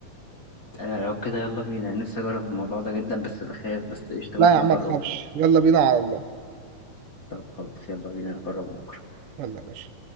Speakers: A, on the left; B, on the right.
A: أنا لو كده يلا بينا أنا نفسي أجرب الموضوع ده جدا بس بخاف بس قشطة
B: لا
A: ممكن
B: يا عم
A: أجربه
B: ما تخافش يلا بينا على الله
A: طب خلاص يلا بينا نجربه
B: يلا يا باشا